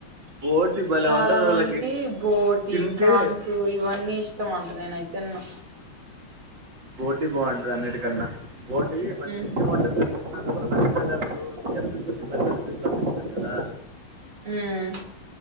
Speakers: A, on the right; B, on the right.
A: బోటి భలే
B: చాలా
A: ఉంటుంది అసలకి
B: మందికి బోటి
A: తింటే
B: ఫ్రాన్ సు ఇవన్నీ ఇష్టం అంట నేనాయి తిన్ను
A: బోటీ బాగుంటది అన్నిటికన్నా బోటీ మంచిగా
B: ఉహు
A: ఉంటంది తెలుసా అది కూడా బ్యాచిలర్ అప్పుడు చికెన్ పీసులని పెద్ద పెద్ద పీసులుగా చేసినాం కదా
B: ఉమ్మ్